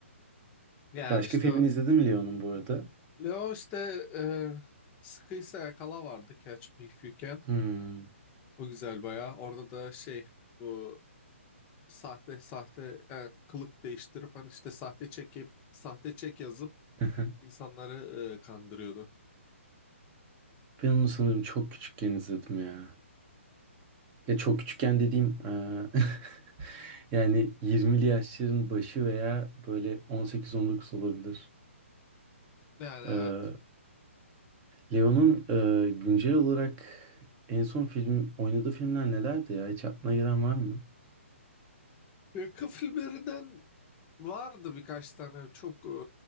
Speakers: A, on the left; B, on the right.
A: Yani
B: Başka
A: işte
B: filmini izledin mi Leon'un bu arada?
A: Leo işte e, sıkıysa yakala vardı Catch Me If You Can.
B: Hmm.
A: O güzel bayağı. Orada da şey bu sahte sahte e, kılık değiştirip hani işte sahte çekip sahte çek yazıp
B: <laughs>
A: insanları e, kandırıyordu.
B: Ben onu sanırım çok küçükken izledim ya. Ya çok küçükken dediğim eee, <laughs> yani 20'li yaşların başı veya böyle 18-19 olabilir.
A: Yani evet.
B: Eee, Leon'un eee, güncel olarak en son film oynadığı filmler nelerdi ya? Hiç aklına gelen var mı?
A: Yakın filmlerinden vardı birkaç tane çok e,